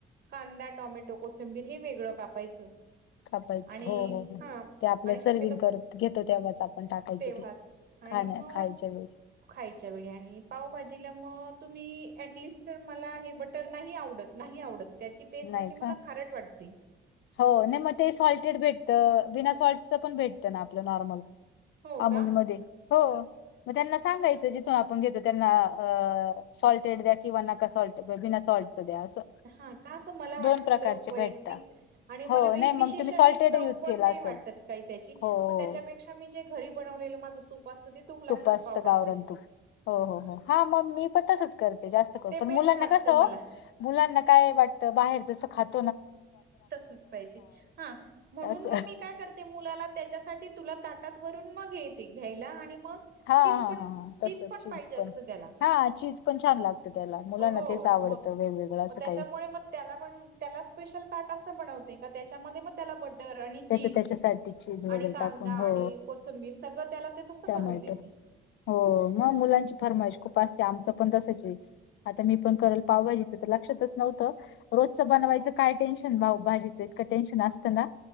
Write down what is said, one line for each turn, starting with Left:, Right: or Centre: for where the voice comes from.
Right: कांदा टॉमॅटो कोथंबीर हे वेगळं कापायचं.
Left: कापायच
Right: आणि
Left: हो हो हो
Right: हा
Left: ते आपल्या
Right: आणि शक्यतो
Left: सर्विंग करत घेतो तेव्हाच आपण टाकायच
Right: तेव्हाच
Left: ते.
Right: आणि
Left: खाण्या
Right: मग
Left: खायच्या वेळेस.
Right: खायच्या वेळी आणि पावभाजीला मग तुम्ही ऍटलिस्ट तर मला हे बटर नाही आवडत नाही आवडत त्याची टेस्ट
Left: नाही
Right: अशी मला
Left: का
Right: खारट वाटते.
Left: हो नाही मग ते सॉल्टेड भेटतं बिना सॉल्टचं पण भेटतं ना आपलं नॉर्मल
Right: हो
Left: अमूलमध्ये
Right: का
Left: हो मग त्यांना सांगायचं जिथून आपण घेतो त्यांना अ सॉल्टेड द्या किंवा नका सॉल्ट बिना साॉल्टच द्या असं
Right: हा का असं मला वाटतं
Left: दोन प्रकारचे
Right: वैयक्तिक
Left: भेटता
Right: आणि
Left: हो
Right: मला मी
Left: नाही
Right: विशेष
Left: मग तुम्ही
Right: अशी
Left: सॉल्टेड
Right: चव
Left: यूज
Right: पण
Left: केला
Right: नाही
Left: असेल
Right: वाटतं काही त्याची
Left: हो
Right: मग त्याच्यापेक्षा
Left: हो
Right: त्यापेक्षा घरी बनवलेलं माझं तूप असतं. तूप लावूनच
Left: तुप असतं
Right: पाव भाजते.
Left: गाववरन तूप हो हो हो हा मग मी पण तसंच करते जास्त करून
Right: ते
Left: पण
Right: बेस्ट
Left: मुलांना
Right: वाटतं
Left: कसं हो
Right: मला.
Left: मुलांना काय वाटतं बाहेर जसं खात
Right: तसंच पाहिजे हा म्हणून
Left: तस
Right: मग मी काय करते मुलाला त्याच्यासाठी तुला ताटात वरून मग घ्यायला आणि मग
Left: हा
Right: चीज
Left: हा हा तस
Right: पण
Left: चीज
Right: पाहिजे असतं त्याला
Left: हा चीज पण छान लागते त्याला मुलांना
Right: हो
Left: तेच आवडतं
Right: मग
Left: वेगवेगळं असं
Right: मग त्याच्यामुळे
Left: काही
Right: मग त्याला पण त्याला स्पेशल ताट असं बनवते का त्याच्यामध्ये मग त्याला बटर आणि
Left: त्याच्या
Right: चीज
Left: त्याच्यासाठी चीज वगैरे
Right: आणि कांदा
Left: टाकून हो
Right: आणि कोथंबीर सगळं त्याला तसं
Left: टमॅटो
Right: करून देते.
Left: हो मग मुलांची फरमाईश खूप असते आमचं पण तसंच आहे. आता मी पण करल पावभाजीच तिथं तर लक्षातच नव्हतं. रोजचं बनवायचं काय टेन्शन भाऊ भाजीचं इतकं टेन्शन असतं ना.